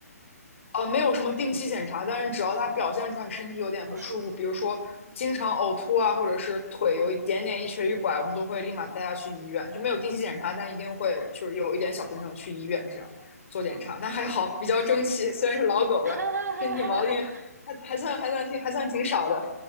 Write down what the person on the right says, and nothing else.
嗯嗯，不舒服。
嗯
嗯嗯
嗯
嗯嗯。
<laughs> 哈，